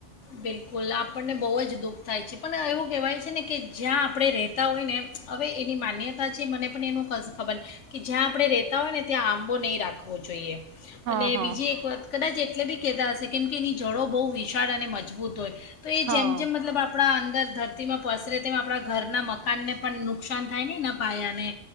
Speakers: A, on the left (about 75°); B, on the right (about 80°).
A: બિલકુલ આપણને બહુ જ દુઃખ થાય છે પણ એવું કહેવાય છે ને કે જ્યાં આપણે રહેતા હોય ને હવે એની માન્યતા છે મને પણ એનું ખબર કે જ્યાં આપણે રહેતા હોય ને ત્યાં આંબો નહીં રાખવો જોઈએ.
B: હા
A: અને
B: હા
A: બીજી એક વાત કદાચ એટલે બી કહેતા હશે કેમ કે એની જોડો બહુ વિશાળ અને મજબૂત હોય. તો એ
B: હા
A: જેમ-જેમ મતલબ આપણા અંદર ધરતીમાં પસરે તેમ આપણા ઘરના મકાનને પણ નુકસાન થાય નહીં પાયાને